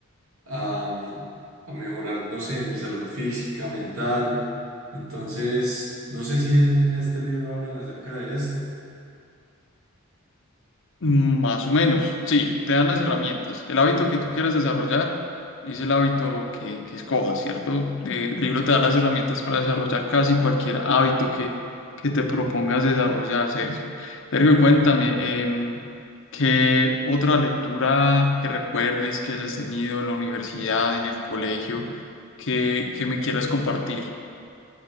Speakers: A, on the right (about 85°); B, on the left (about 65°).
A: a, mm, a mejorar, no sé, mi salud física, mental. Entonces, no sé si en este libro hablan acerca de esto.
B: Mm, Más o menos, sí, te dan las herramientas. El hábito que tú quieras desarrollar es el hábito que, que escojas, ¿cierto? Eh, El libro te da las herramientas para desarrollar casi cualquier hábito que, que te propongas desarrollar, Sergio. Sergio, cuéntame, em, ¿qué otra lectura que recuerdes que hayas tenido en la universidad, en el colegio, que, que me quieras compartir?